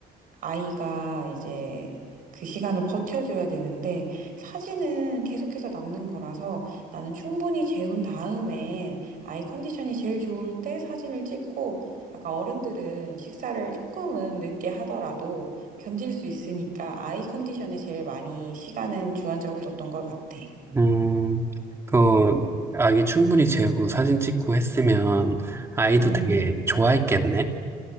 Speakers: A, on the right (about 55°); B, on the right (about 15°).
A: 아이가 이제 그 시간을 버텨줘야 되는데 사진은 계속해서 남는 거라서 나는 충분히 재운 다음에 아이 컨디션이 제일 좋을 때 사진을 찍고 약간 어른들은 식사를 조금은 늦게 하더라도 견딜 수 있으니까 아이 컨디션에 제일 많이 시간은 주안점을 줬던 것 같아.
B: 음, 음, 그, 아, 이 충분히 재우고 사진 찍고 했으면 아이도
A: 음.
B: 되게 좋아했겠네?